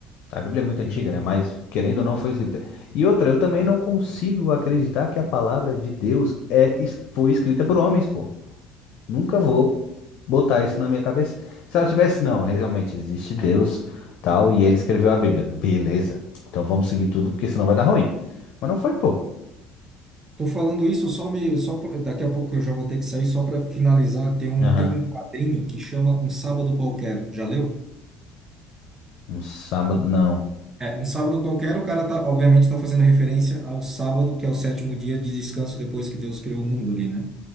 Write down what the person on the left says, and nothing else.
A Bíblia é muito
antiga, né? Mas querendo ou não foi escrita. E outra, eu também não consigo acreditar que a palavra de Deus é, es- foi escrita por homens, pô. Nunca vou botar isso na minha cabeça. Se ela tivesse, não, realmente existe Deus, tal, e ele escreveu a Bíblia. Beleza. Então vamos seguir tudo, porque senão vai dar ruim. Mas não foi, pô.
Aham.
Um sábado, não.